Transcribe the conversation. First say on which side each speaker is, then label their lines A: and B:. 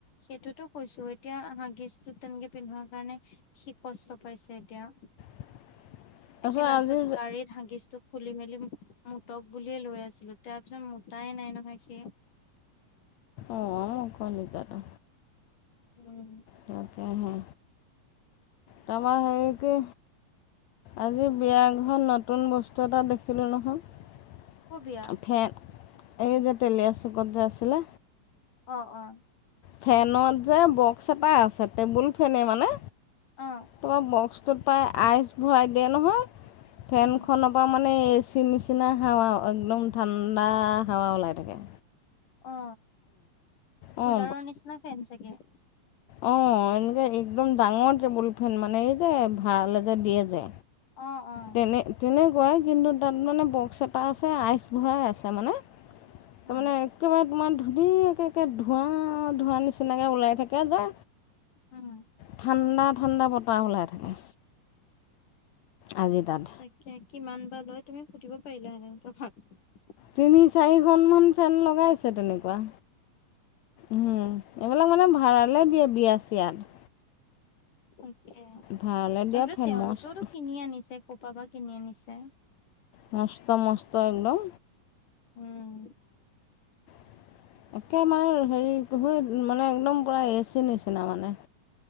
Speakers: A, on the left; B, on the left.
A: এইটোতো কৈছো এতিয়া হ গিজটো তেনেকে পিন্ধোৱাৰ কাৰণে সি কষ্ট পাইছে এতিয়া
B: <inaudible> তাৰপিছত
A: একে লাষ্টত
B: আজি
A: গাড়ী হাগিচটো খুলি মেলি মোটক বুলিয়ে লৈ আছিলো তাৰপিছত মোটাই নাই নহয় সি
B: অ কালিতা দা
A: উম।
B: তকেহে তাপা হেৰি কি আজি বিয়া ঘৰত নতুন বস্তু এটা দেখিলোঁ নহয়
A: কৰ বিয়া
B: ফেন এই যে তেলীয়া চুকত যে আছিলে
A: অ অ
B: ফেনত যে বক্স এটা আছে টেবুল ফেনে মানে
A: অ
B: তোমাৰ বক্স আইচ ভৰাই দিয়ে নহয় ফেনখনৰ
A: উম
B: পৰা মানে এ চি চি নিচিনা হাৱা একদম ঠাণ্ডা হাৱা ওলাই থাকে।
A: অ
B: অঁ
A: কুলাৰৰ নিচিনা ফেন চাগে।
B: অ এনেকে একদম ডাঙৰ টেবুল ফেন মানে এই যে ভাড়ালৈ যে দিয়ে যে
A: অ অ
B: তেনে তেনেকুৱাই কিন্তু তাত মানে বক্স এটা আছে আইচ ভৰাই আছে মানে তাৰমানে
A: উম
B: একেবাৰে তোমাৰ ধুনীয় একে একে ধোৱা ধোৱা নিচিনাকে ওলাই থাকে যে
A: উম
B: ঠাণ্ডা ঠাণ্ডা বতাহ ওলাই
A: <unintelligible>
B: থাকে আজি তাত
A: তাকে কিমান বা লয় তুমি সুধিব পাৰিলা সেনেতেন কবাক
B: তিনি চাৰিখনমান ফেন লগাইছে তেনেকুৱা উম এইবিলাক মানে ভাড়ালৈ দিয়ে বিয়া চিয়াত।
A: তাকে
B: ভাড়ালৈ দিয়া
A: তাৰপিছ
B: ফেন
A: তেওঁলোকেওতো
B: মস্ত
A: কিনি আনিছে কপাবা কিনি আনিছে।
B: মস্ত মস্ত একদম
A: উম
B: <inaudible> একে মানে হেৰি মানে একদম পূৰা এচি নিচিনা মানে